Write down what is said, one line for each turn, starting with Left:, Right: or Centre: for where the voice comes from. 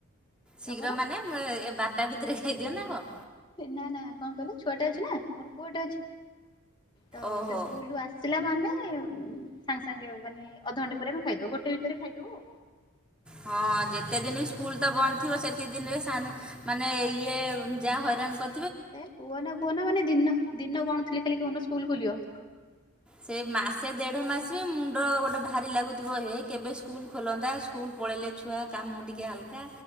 Centre: ଶୀଘ୍ର
Left: ତମର?
Centre: ମାନେ ଏ ବାଟା ଭିତରେ ଖାଇଦିଅ ନା କଣ?
Left: ନା ନା କଣ କହିଲେ ଛୁଆଟା ଅଛି ନା ମୋର ପୁଅଟା ଅଛି ତ
Centre: ଓହୋ
Left: ସେ ସ୍କୁଲୁ ଆସିିଲା ମାନେ ସାଙ୍ଗେ ସାଙ୍ଗେ ମାନେ ଅଧଘଣ୍ଟେ ପରେ ଆମେ ଖାଇଦବୁ ଗୋଟେ ଭିତରେ ଖାଇଦବୁ
Centre: ହଁ ଯେତେ ଦିନ ସ୍କୁଲ ତ ବନ୍ଦ ଥିବ ସେତେ ଦିନରେ ଶା ମାନେ ଇଏ ଯାହା ହଇରାଣ କ
Left: ଏ କୁହ ନା କୁହନା ମାନେ ଦିନ ଦିନଗଣୁଥିଲେ ଖାଲି କୋଉଦିନ ସ୍କୁଲ ଖୋଲିବ।
Centre: ସେ ମାସେ ଦେଢ ମାସ ବି ମୁଣ୍ଡ ଗୋଟେ ଭାରି ଲାଗୁଥିବ ଏ କେବେ ସ୍କୁଲ ଖୋଲନ୍ତା ସ୍କୁଲ ପଳେଇଲେ ଛୁଆ କାମ ଟିକେ ହାଲକା।